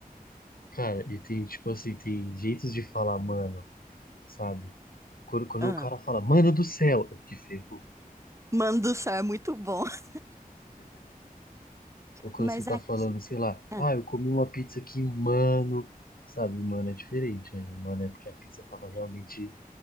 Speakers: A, on the left (about 70°); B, on the right (about 20°).
A: Cara, e tem, tipo assim, tem jeitos de falar, mano, sabe? Quando, quando
B: Ah,
A: o cara fala, mano do céu, é porque feio.
B: manduçá é muito bom. <laughs>
A: Ou quando
B: Mas
A: você tá
B: aqui,
A: falando, sei lá,
B: ah,
A: ah, eu comi uma pizza que, mano, sabe, mano, é diferente, né? Mano, é porque a pizza tava realmente